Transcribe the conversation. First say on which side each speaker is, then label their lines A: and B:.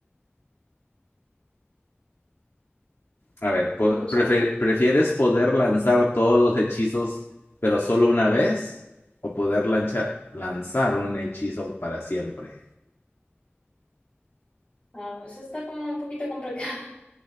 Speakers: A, on the left; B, on the left.
A: A ver, a ver, po-
B: Vamos
A: prefe-
B: a ver.
A: ¿prefieres poder lanzar todos los hechizos, pero solo una vez? ¿O poder lancha- lanzar un hechizo para siempre?
B: A ver, esta está como un poquito complicada. <laughs>